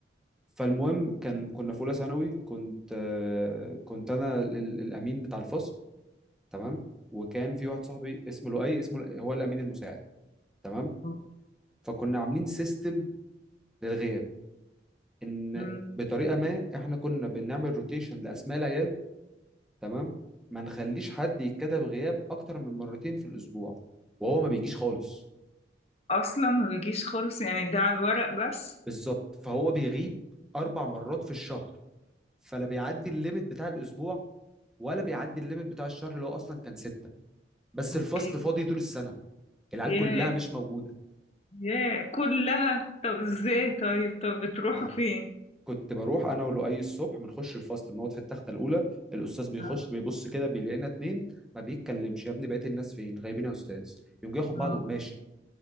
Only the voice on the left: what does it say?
أوك-
مم.
اصلا ما بيجيش خالص يعني ده على الورق بس
اوكي
ياه
ياه كلها طب ازاي طيب طب بتروحوا
فين
اه
اه